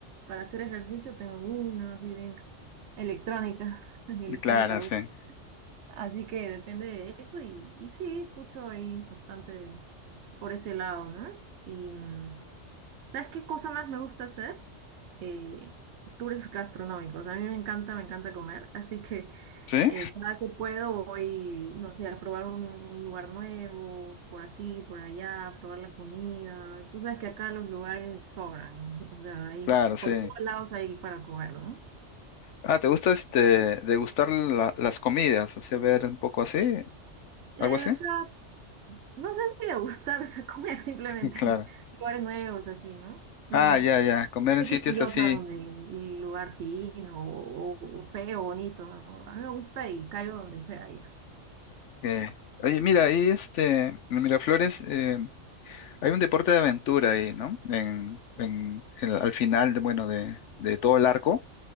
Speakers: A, on the right; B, on the left.
A: para hacer ejercicio tengo una, así bien electrónica, <laughs> electrónica.
B: clara,
A: dura.
B: sí.
A: Así que depende de eso y, y sí, escucho ahí bastante por ese lado, ¿no? Y mm, ¿sabes qué cosa más me gusta hacer? eh, tours gastronómicos. A mí me encanta, me encanta comer, así que
B: ¿Sí?
A: eh, cada que puedo voy, no sé, a probar un, un lugar nuevo, por aquí, por allá, a probar la comida. Tú sabes que acá los lugares sobran, <laughs> o sea, hay,
B: Claro, sí.
A: por todos lados hay para comer, ¿no?
B: Ah, ¿te gusta este, degustar la- las comidas? O sea, ver un poco así,
A: Eh,
B: algo así.
A: o sea, no sé si de gustar, <laughs> o sea, comer simplemente
B: <laughs> Claro.
A: <laughs> lugares nuevos, así, ¿no? No.
B: Ah, ya, ya, comer
A: No
B: en sitios
A: quisquillosa
B: así.
A: donde el lugar fino o, o feo, bonito, ¿no? A mí me gusta y caigo donde sea ya.
B: que- Oye, mira, ahí este, en Miraflores eh, Hay un deporte de aventura ahí, ¿no? En, en- en- al final, de, bueno, de, de todo el arco,